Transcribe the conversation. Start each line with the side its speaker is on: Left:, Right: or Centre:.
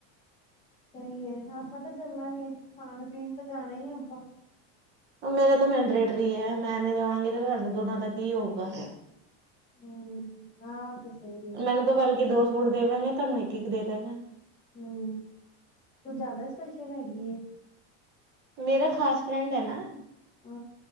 Left: ਸਹੀ ਐ, ਆਪਾਂ ਤਾਂ ਚੱਲਾਂਗੇ ਖਾਣ-ਪੀਣ ਤਾਂ ਜਾਣਾ ਈ ਆਪਾਂ।
Right: ਮੇਰਾ ਤਾਂ ਮੈਂਡਰੇਟ੍ਰੀ ਏ, ਮੈਂ ਨੀਂ ਜਾਵਾਂਗੀ ਤੇ ਸਾਡੇ ਦੋਨਾਂ ਦਾ ਕੀ ਹੋਊਗਾ।
Left: ਹਂ, ਹਾਂ ਤੇ ਸਹੀ ਐ।
Right: ਮੈਨੂੰ ਤਾਂ ਬਲਕੇ ਦੋ ਸੂਟ ਦੇਵਾਂਗੇ ਤੁਹਾਨੂੰ ਇੱਕ-ਇੱਕ ਦੇ ਦੇਣਾ।
Left: ਹਂ, ਤੂੰ ਜ਼ਿਆਦਾ ਸਪੈਸ਼ਲ ਹੈਗੀਏ।
Right: ਮੇਰਾ ਖਾਸ ਫਰੈਂਡ ਐ ਨਾਂ।
Left: ਓ,